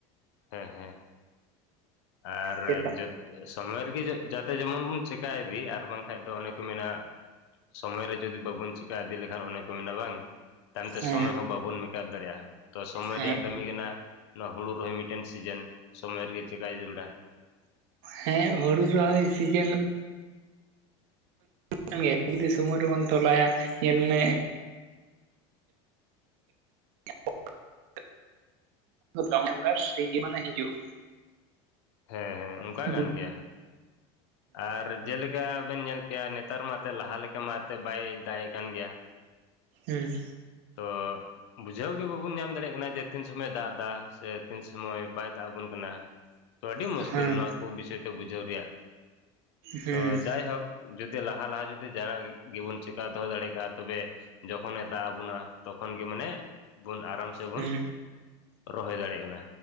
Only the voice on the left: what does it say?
ᱦᱮᱸ ᱦᱮᱸ ᱾ ᱟᱨ
ᱡᱚᱛ ᱥᱚᱢᱚᱭ ᱨᱮᱜᱮ ᱡᱟᱛᱮ ᱡᱮᱢᱚᱱ ᱵᱚᱱ ᱪᱮᱠᱟ ᱤᱫᱤ ᱟᱨ ᱵᱟᱝᱠᱷᱟᱱ ᱫᱚ ᱚᱱᱮ ᱠᱚ ᱢᱮᱱᱟ ᱥᱚᱢᱚᱭ ᱨᱮ ᱡᱩᱫᱤ ᱵᱟᱵᱚᱱ ᱪᱤᱠᱟ ᱤᱫᱤ ᱞᱮᱠᱷᱟᱱ ᱚᱱᱮ ᱠᱚ ᱢᱮᱱᱟ ᱵᱟᱝ ᱛᱟᱭᱚᱢ ᱛᱮ
ᱥᱚᱢᱚᱭ ᱦᱚᱸ ᱵᱟᱵᱚᱱ ᱢᱮᱠᱟᱯ ᱫᱟᱲᱮᱭᱟᱜᱼᱟ ᱛᱚ ᱥᱚᱢᱚᱭ
ᱨᱮᱭᱟᱜ ᱠᱟᱹᱢᱤ ᱠᱟᱱᱟ ᱾ ᱱᱚᱣᱟ ᱦᱳᱲᱳ ᱨᱚᱦᱚᱭ ᱢᱤᱫᱴᱮᱱ ᱥᱤᱡᱮᱱ ᱥᱚᱢᱚᱭ ᱨᱮᱜᱮ ᱪᱤᱠᱟᱭ ᱡᱟᱹᱨᱩᱲᱟ ᱾
ᱦᱮᱸ ᱦᱮᱸ ᱚᱱᱠᱟ
ᱠᱟᱱ ᱜᱮᱭᱟ ᱟᱨ ᱡᱮᱞᱮᱠ ᱠᱟ ᱵᱮᱱ ᱧᱮᱞ ᱠᱮᱜᱼᱟ ᱱᱮᱛᱟᱨ ᱢᱟ ᱛᱚ ᱞᱟᱦᱟ ᱞᱮᱠᱟ ᱢᱟ ᱛᱚ ᱵᱟᱭ ᱫᱟᱜᱮᱜ ᱠᱟᱱ ᱜᱮᱭᱟ ᱾
ᱛᱚ ᱵᱩᱡᱷᱟᱹᱣ ᱜᱤ ᱵᱟᱵᱚᱱ ᱧᱟᱢ ᱫᱟᱲᱮᱭᱟᱜ ᱠᱟᱱᱟ ᱡᱮ ᱛᱤᱱ ᱥᱚᱢᱚᱭ ᱫᱟᱜ ᱮᱫᱟ ᱥᱮ ᱛᱤᱱ ᱥᱚᱢᱚᱭ ᱵᱟᱭ ᱫᱟᱜ ᱟᱵᱚᱱ ᱠᱟᱱᱟ ᱾
ᱛᱚ ᱟᱹᱰᱤ ᱢᱩᱥᱠᱤᱞ
ᱱᱚᱣᱟ ᱠᱚ ᱵᱤᱥᱚᱭ ᱛᱮ ᱵᱩᱡᱷᱟᱹᱣ ᱨᱮᱭᱟᱜ
ᱛᱚ ᱡᱟᱭᱦᱳᱠ ᱡᱩᱫᱤ ᱞᱟᱦᱟ ᱞᱟᱦᱟ ᱡᱩᱫᱤ ᱡᱟᱦᱟᱱᱟᱜ ᱜᱮᱵᱚᱱ ᱪᱮᱠᱟ ᱫᱚᱦᱚ ᱫᱟᱲᱮ ᱠᱟᱜᱼᱟ, ᱛᱚᱵᱮ ᱡᱚᱠᱷᱚᱱᱮ ᱫᱟᱜ ᱟᱵᱚᱱᱟ ᱛᱚᱠᱷᱚᱱ ᱜᱮ ᱢᱟᱱᱮ ᱵᱚᱱ ᱟᱨᱟᱢ ᱥᱮᱵᱚᱱ
ᱨᱚᱦᱚᱭ ᱫᱟᱲᱮᱭᱟᱜ ᱠᱟᱱᱟ᱾